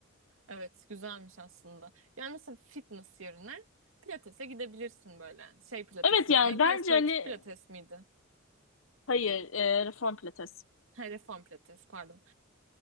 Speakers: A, on the right; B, on the left.
A: Evet, güzelmiş aslında. Yani mesela fitness yerine pilatese gidebilirsin böyle. Şey pilatesine
B: Evet yani
A: neydi?
B: bence
A: Restoratif
B: hani
A: pilates miydi?
B: hayır e, reform pilates.
A: Ha, reform pilates, pardon.